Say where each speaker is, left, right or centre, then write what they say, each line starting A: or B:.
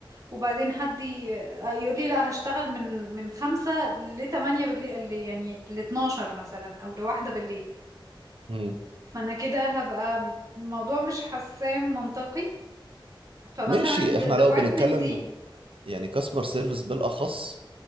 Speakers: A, on the right (about 40°); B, on the right (about 85°).
A: وبعدين حد ي- آه، يقول لي لا هشتغل من من 5 ل 8 بالليل ل- يعني ل 12 مثلا او لواحدة بالليل
B: مم.
A: فانا كده هبقى الموضوع مش حسام منطقي فمثلا
B: ماشي احنا
A: للديبارتمنت
B: لو بنتكلم
A: دي
B: يعني كاستمر سيرفيس بالأخص